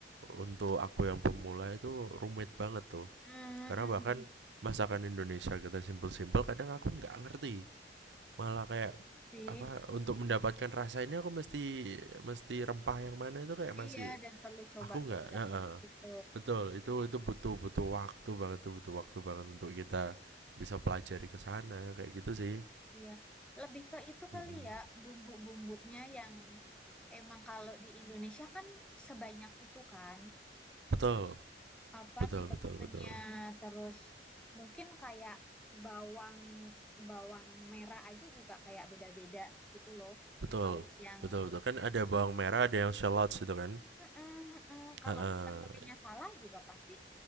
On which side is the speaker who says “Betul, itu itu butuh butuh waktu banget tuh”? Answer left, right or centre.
Right